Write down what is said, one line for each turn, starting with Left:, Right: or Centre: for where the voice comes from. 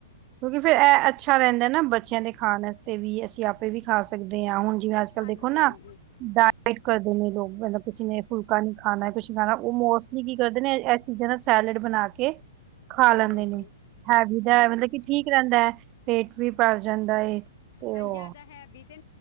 Right: ਕਿਉਂਕਿ ਫਿਰ ਐ ਅੱਛਾ ਰੈਂਦਾ ਨਾ ਬੱਚੇਆਂ ਦੇ ਖਾਨ ਵਾਸਤੇ ਵੀ, ਅਸੀਂ ਆਪੇ ਵੀ ਖਾ ਸਕਦੇ ਆ ਹੁਨ ਜੀਵੇ ਆੱਜ-ਕੱਲ
Left: ਹਾਂਜੀ
Right: ਦੇਖੋ ਨਾ
Left: ਹਾਂਜੀ
Right: ਡਾਏਟ ਕਰਦੇ ਨੇ ਲੋਕ, ਮਤਲਬ ਕਿਸੇ ਨੇ ਫੁਲਕਾ ਨੀ ਖਾਨਾ ਕੁਛ ਨੀ ਖਾਨਾ ਓ ਕੀ ਕਰਦੇ ਨੇ ਐ ਚੀਜਾਂ ਦਾ ਸੈਲਡ ਬਨਾ ਕੇ ਖਾ
Left: ਹਾਂਜੀ
Right: ਲੈਂਦੇ
Left: ਹਾਂਜੀ
Right: ਨੇ ਹੈਵੀ
Left: ਅੱਛਾ
Right: ਦਾ
Left: ਜੀ
Right: ਐ ਮਤਲਬ ਕਿ ਠੀਕ ਰੈਂਦੈ, ਪੇਟ ਵੀ ਭਰ ਜਾਂਦਾ ਏ ਤੇ
Left: ਹਾਂਜੀ
Right: ਓ
Left: ਜ਼ਿਆਦਾ ਹੈਵੀ ਤੇ